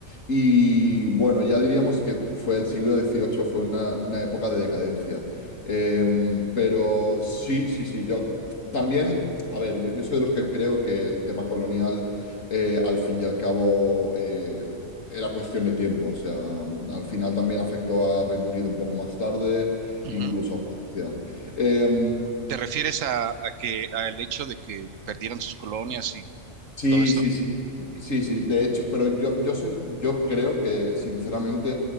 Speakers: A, on the left; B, on the right.
A: Y bueno, ya diríamos que fue el siglo dieciocho, fue una, una época de decadencia. Em, pero sí, sí, sí, yo... También, a ver, yo, yo soy de los que creo que el tema colonial, eh, al fin y al cabo, eh, era cuestión de tiempo. O sea, mm, al final también afectó a Reino Unido un poco más tarde,
B: Ujú.
A: incluso a Francia. Eh,
B: ¿Te refieres a, a que al hecho de que perdieran sus colonias y
A: Sí,
B: todo esto?
A: sí, sí, sí, sí, de hecho, pero yo, yo soy, yo creo que sinceramente